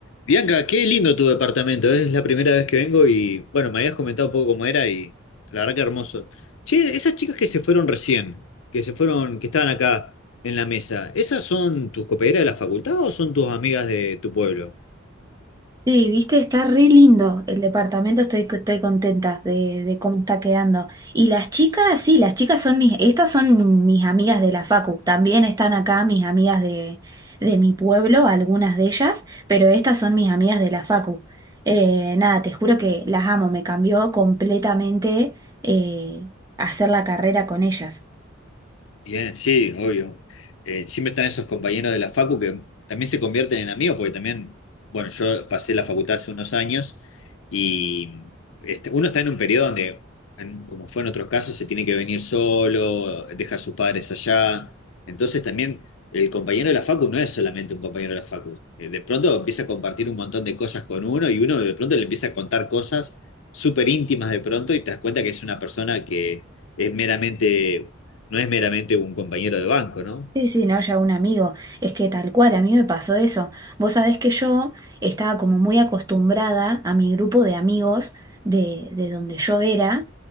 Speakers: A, on the left; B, on the right.
A: Bianca, qué lindo tu departamento, ¿eh? Es la primera vez que vengo y bueno, me habías comentado un poco cómo era y la verdad que hermoso. Che, esas chicas que se fueron recién, que se fueron, que estaban acá en la mesa, ¿esas son tus coperas de la facultad o son tus amigas de tu pueblo?
B: Sí, viste, está re lindo el departamento, estoy, estoy contenta de, de cómo está quedando. Y las chicas, sí, las chicas son mis, estas son mis amigas de la facu, también están acá mis amigas de, de mi pueblo, algunas de ellas, pero estas son mis amigas de la facu. Eh, nada, te juro que las amo, me cambió completamente eh, hacer la carrera con ellas.
A: Bien, sí, obvio. Eh, siempre están esos compañeros de la facu que también se convierten en amigos, porque también, bueno, yo pasé la facultad hace unos años y este, uno está en un periodo donde, en- como fue en otros casos, se tiene que venir solo, deja a sus padres allá. Entonces también el compañero de la facu no es solamente un compañero de la facu. Eh, de pronto empieza a compartir un montón de cosas con uno y uno de pronto le empieza a contar cosas súper íntimas de pronto y te das cuenta que es una persona que es meramente no es meramente un compañero de banco, ¿no?
B: Sí, sí, no, ya un amigo. Es que tal cual, a mí me pasó eso. Vos sabés que yo estaba como muy acostumbrada a mi grupo de amigos de, de donde yo era.